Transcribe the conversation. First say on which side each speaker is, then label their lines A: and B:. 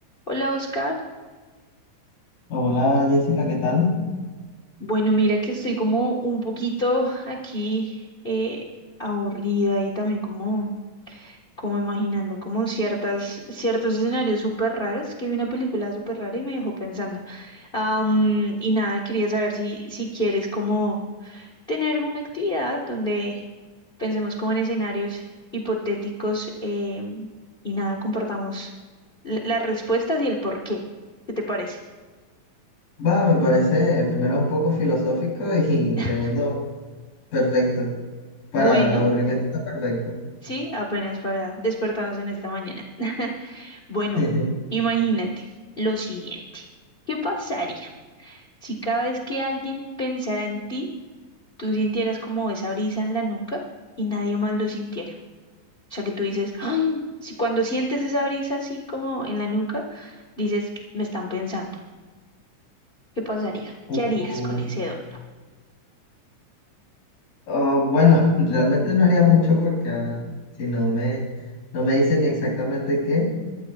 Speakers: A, on the left; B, on the left.
A: Hola, Oscar.
B: Hola Jessica, ¿qué tal?
A: Bueno, mira que estoy como un poquito aquí eh, aburrida y también como, como imaginando como ciertas, ciertos escenarios súper raros, que vi una película súper rara y me dejó pensando. Am, y nada, quería saber si, si quieres como tener una actividad donde pensemos como en escenarios hipotéticos em, y nada, compartamos la- las respuestas y el por qué. ¿Qué te parece?
B: Va, me parece primero un poco filosófico <laughs> y
A: <laughs>
B: segundo perfecto. Para
A: Bueno.
B: el aburrimiento está perfecto.
A: Sí, apenas para despertarnos en esta mañana. <laughs> Bueno,
B: <laughs>
A: imagínate lo siguiente. ¿Qué pasaría si cada vez que alguien pensara en ti, tú sintieras como esa brisa en la nuca y nadie más lo sintiera? O sea, que tú dices, "Ay", si cuando sientes esa brisa así como en la nuca, dices, me están pensando. ¿Qué pasaría?
B: Uh,
A: ¿Qué harías con ese don?
B: Oh, bueno, <laughs> realmente no haría mucho porque ah, si no me, no me dice ni exactamente qué,